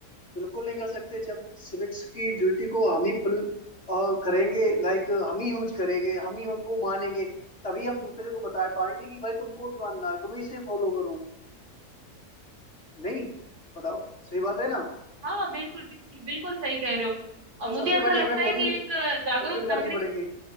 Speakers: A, on the left; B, on the right.
A: बिल्कुल नहीं कर सकते जब सिविक्स की ड्यूटी को हम ही फुल करेंगे लाइक हम ही यूज करेंगे हम ही उनको मानेंगे तभी हम दूसरे को बता पाएंगे कि भाई तुमको भी मानना है तुम ही से फॉलो करो नहीं बताओ सही बात है ना
B: हाँ बिल्कुल बिल्कुल बिल्कुल सही कह रहे हो और
A: तो
B: मुझे
A: सबसे
B: ऐसा
A: पहले
B: लगता
A: हमें
B: है
A: खुद
B: कि
A: ही
B: एक अ, जागरूक
A: फुलफिल करनी
B: नागरिक
A: पड़ेगी